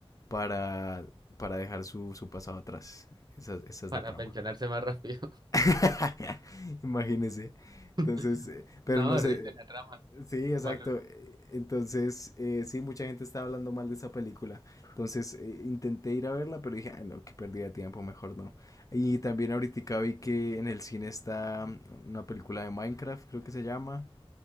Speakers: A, on the left; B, on the right.
A: para, para dejar su, su pasado atrás. Esa, esa es
B: Para
A: la trama.
B: pensionarse más rápido.
A: <laughs> Imagínese.
B: <laughs>
A: Entonces, eh, pero
B: No,
A: no
B: horrible
A: sé.
B: la trama.
A: Sí, exacto.
B: Malo.
A: eh, Entonces, eh, sí, mucha gente estaba hablando mal de esa película. Entonces, eh, intenté ir a verla, pero dije, ay, no, qué pérdida de tiempo, mejor no. Y también ahorita vi que en el cine está una película de Minecraft, creo que se llama.